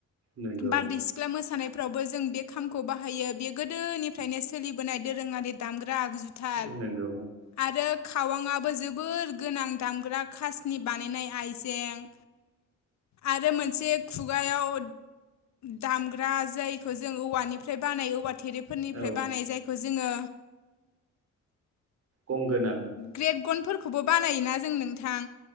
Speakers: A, on the right; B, on the left.
A: नंगौ
B: बारदै सि ख्ला मोसानायफ्रावबो जों बे खामखौ बाहायो बे गोदोनिफ्रायनो सोलिबोनाय दोरोङारि दामग्रा आगजु था
A: नोंगौ
B: आरो खावांआबो जोबोर गोनां दामग्रा खासनि बानायनाय आइजें आरो मोनसे खुगायाव दामग्रा जैखौ जों औवानिफ्राय बानाय औवा थेरेफोरनिफ्राय
A: औ
B: बानाय जायखौ जोंङो
A: गंगोना
B: ग्रेबगनफोरखौबो बानायोना जों नोंथां।